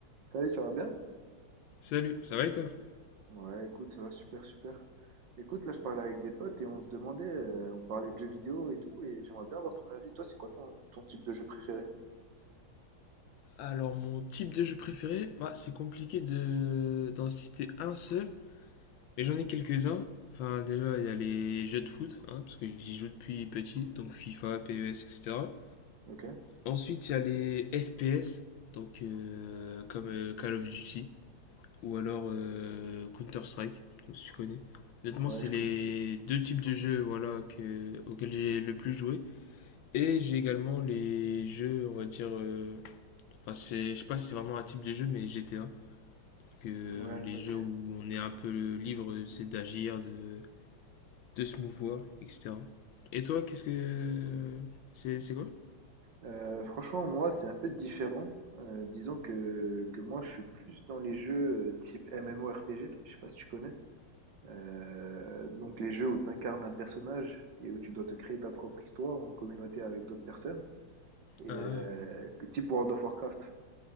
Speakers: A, on the right; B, on the left.
A: Salut, ça va bien?
B: Salut, ça va et toi?
A: Ouais, écoute, ça va super, super. Écoute, là, je parlais avec des potes et on se demandait, euh, on parlait de jeux vidéo et tout, et j'aimerais bien avoir ton avis. Toi, c'est quoi ton, ton type de jeu préféré?
B: Alors, mon type de jeu préféré, bah, c'est compliqué de d'en citer un seul, mais j'en ai quelques-uns. Enfin, déjà, il y a les jeux de foot, hein, parce que j'y joue depuis petit, donc FIFA, PES, etc.
A: Ok,
B: Ensuite, il y a les FPS, donc euh, comme euh, Call of Duty, ou alors euh, Counter-Strike, donc, si tu connais. Honnêtement,
A: ouais,
B: c'est
A: je
B: les
A: connais.
B: deux types de jeux voilà, que, auxquels j'ai le plus joué. Et j'ai également les jeux, on va dire, euh, Enfin, c'est, je sais pas si c'est vraiment un type de jeu, mais GTA. Que
A: Ouais,
B: les
A: ok.
B: jeux où on est un peu libre, c'est d'agir, de, de se mouvoir, etc. Et toi, qu'est-ce que. C'est, c'est quoi
A: Euh, franchement, moi, c'est un peu différent. Euh, disons que, que moi, je suis plus dans les jeux euh, type MMORPG, je sais pas si tu connais. Euh, donc les jeux où tu incarnes un personnage et où tu dois te créer ta propre histoire en communauté avec d'autres personnes, et
B: ah.
A: euh, type World of Warcraft.